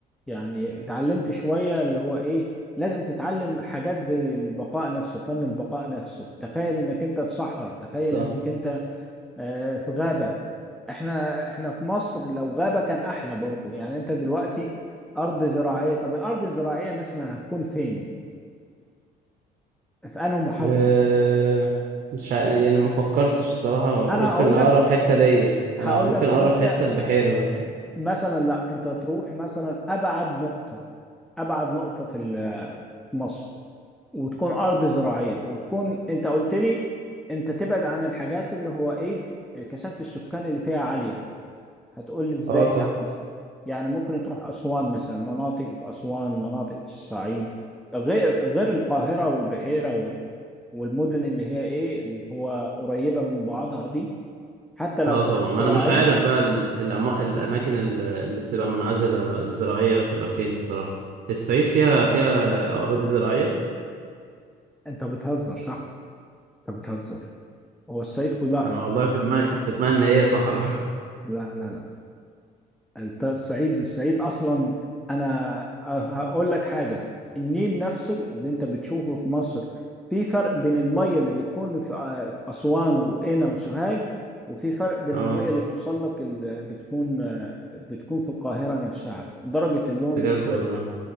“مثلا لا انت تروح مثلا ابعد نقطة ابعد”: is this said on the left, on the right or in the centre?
Centre